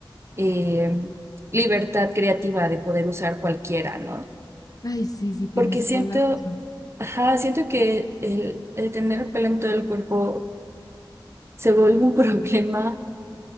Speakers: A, on the right; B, on the left.
A: em, libertad creativa de poder usar cualquiera, ¿no?
B: Ay, sí, sí, tienes
A: Porque siento,
B: toda la razón.
A: ajá, siento que el, el tener pelo en todo el cuerpo se vuelve un <laughs> problema,